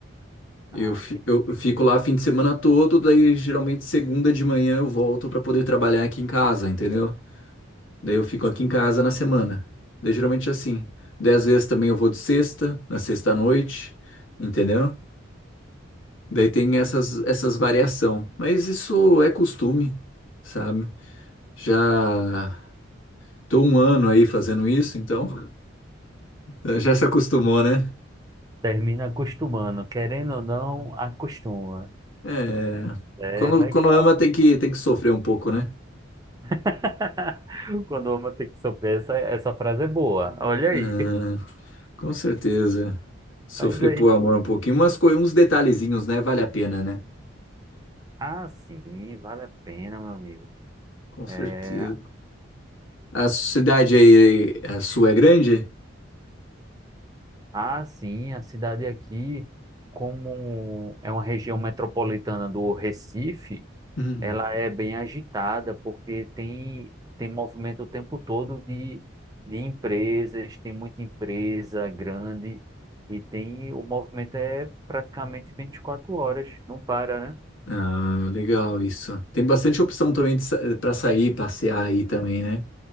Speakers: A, on the left; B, on the right.
A: Eu,
B: Ah,
A: fi-
B: entendi.
A: eu eu fico lá fim de semana todo, daí geralmente segunda de manhã eu volto pra poder trabalhar aqui em casa, entendeu? Daí eu fico aqui em casa na semana. Daí geralmente é assim. Daí às vezes também eu vou de sexta, na sexta à noite, entendeu? Daí tem essas, essas variação. Mas isso é costume, sabe? Já tô um ano aí fazendo isso, então <laughs> já se acostumou, né?
B: Termina acostumando, querendo ou não, acostuma.
A: É.
B: É
A: Quando,
B: legal.
A: quando ama tem que, tem que sofrer um pouco, né?
B: <laughs> Quando o homem tem que sofrer, essa, essa frase é boa. Olha
A: Hum,
B: aí.
A: com certeza. Sofrer
B: Mas aí,
A: por amor um pouquinho. Umas, coi- uns detalhezinhos, né? Vale a pena, né?
B: ah, sim, vale a pena, meu amigo.
A: Com
B: É,
A: certeza. A cidade aí, a sua é grande?
B: ah, sim, a cidade aqui, como é uma região metropolitana do Recife,
A: Hum.
B: ela é bem agitada, porque tem, tem movimento o tempo todo de, de empresas, tem muita empresa grande, e tem, o movimento é praticamente 24 horas, não para, né?
A: Ah, legal isso. Tem bastante opção também para sair, passear aí também, né?